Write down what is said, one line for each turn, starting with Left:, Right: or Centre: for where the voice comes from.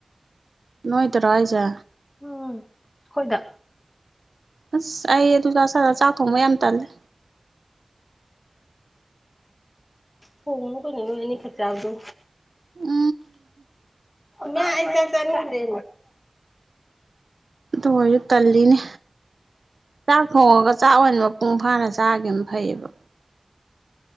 Right: ꯅꯣꯏ ꯇ ꯔ ꯍꯥꯏꯖꯦ
Left: ꯎꯝ ꯑꯩꯈꯣꯏꯗ
Right: ꯑꯁ ꯑꯩ ꯑꯗꯨꯖ ꯁꯥꯗ ꯆꯥꯛ ꯊꯣꯡꯕ ꯌꯥꯝ ꯇꯜꯂꯦ
Left: ꯍꯣꯡꯅ ꯀꯅꯅꯅꯤ ꯈꯔꯆꯆꯥ ꯎꯗꯣ
Right: ꯑ
Left: ꯅ ꯍꯥꯏ ꯆ ꯆꯗ꯭ꯔꯔꯤ
Right: ꯑꯣꯏꯣꯏꯁꯨ ꯇꯜꯂꯤꯅꯦ ꯆꯥꯛ ꯊꯣꯡꯉꯒ ꯆꯥꯛ ꯑꯣꯏꯅ ꯃꯄꯨꯡ ꯐꯥꯅ ꯆꯥꯒꯦꯅ ꯐꯩꯌꯦꯕ